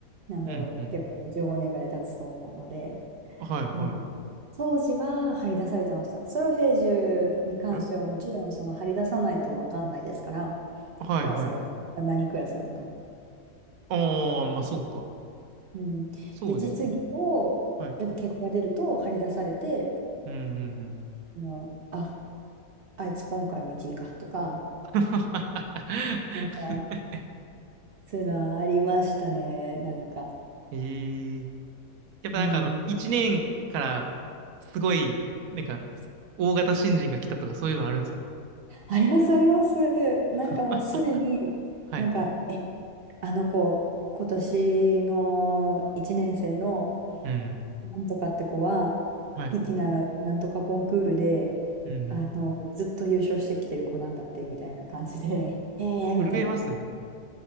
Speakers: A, on the right; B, on the right.
A: なんだろう、
B: うん、うん。
A: 結構もう15年ぐらい経つと思うので、
B: はい、はい。
A: なんか、当時は張り出されてました。ソルフェージュに関してはもちろんその張り出さないと分かんないですから、
B: えはいはい。
A: クラスが何クラスなのか。
B: ああ、まあそうか。
A: うん、
B: そうですね。
A: で、実技もやっぱ結果が出ると張り出されて、
B: はい。うんうんうん。
A: あの、あ、あいつ今回も一位かとか、
B: <laughs>
A: なんか、そういうのありましたね、なんか。
B: ええやっぱなんかあの、
A: うん、
B: 一年からすごい、なんか、大型新人が来たとかそういうのあるんですか
A: あります、あります。なんかもうすでに、
B: <laughs> はい。
A: なんか、え、あの子、今年の1年生の、
B: うん。
A: なんとかって子は、
B: はい。
A: ピティナなんとかコンクールで、
B: うんうん。
A: あの、ずっと優勝してきてる子なんだって、みたいな感じで、<laughs> へえーみたいな、
B: 震えますね。